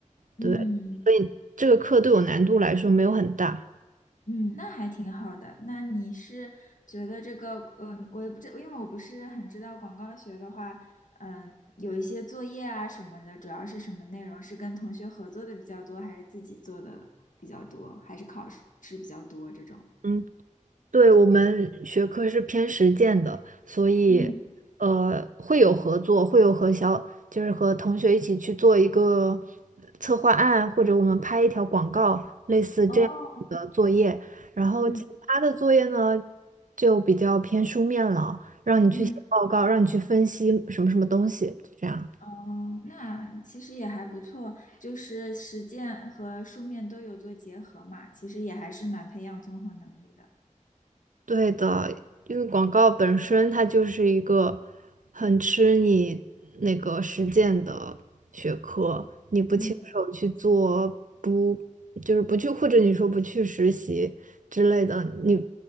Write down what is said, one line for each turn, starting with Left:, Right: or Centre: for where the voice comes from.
Left: 嗯。
Right: 对，所以这个课对我难度来说没有很大，
Left: 嗯，那还挺好的。那你是觉得这个，嗯，我也不知，因为我不是很知道广告学的话，嗯，有一些作业啊什么的，主要是什么内容？是跟同学合作的比较多，还是自己做的比较多，还是考试比较多这种？
Right: 嗯。对，我们学科是偏实践的，所以呃会有合作，
Left: 嗯，
Right: 会有和小就是和同学一起去做一个策划案，或者我们拍一条广告，类似这样子的作业。
Left: 哦，
Right: 然后其他的作业呢，
Left: 嗯
Right: 就比较偏书面了，让你去写报告，
Left: 嗯，
Right: 让你去分析什么什么东西，就这样。
Left: 哦，那其实也还不错，就是实践和书面都有做结合嘛，其实也还是蛮培养综合能力的。
Right: 对的，因为广告本身它就是一个很吃你那个实践的学科，你不亲手去做，
Left: 嗯
Right: 不就是不去，或者你说不去实习之类的，你